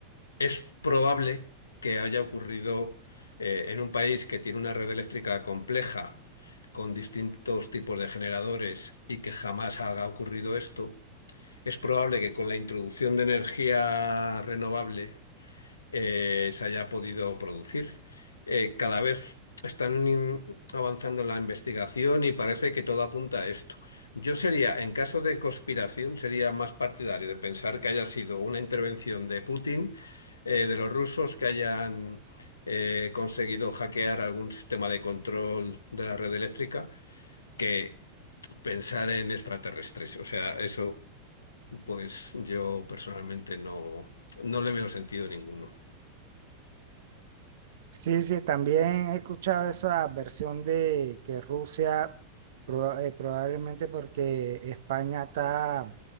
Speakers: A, on the left; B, on the right.
A: es probable que haya ocurrido eh, en un país que tiene una red eléctrica compleja, con distintos tipos de generadores y que jamás haya ocurrido esto. Es probable que con la introducción de energía renovable eh, se haya podido producir. Eh, cada vez están in- avanzando en la investigación y parece que todo apunta a esto. Yo sería, en caso de conspiración, sería más partidario de pensar que haya sido una intervención de Putin, eh, de los rusos que hayan eh, conseguido hackear algún sistema de control de la red eléctrica, que pensar en extraterrestres. O sea, eso, pues yo personalmente no, no le veo sentido ninguno.
B: Sí, sí, también he escuchado esa versión de que Rusia, proba- eh, probablemente porque España está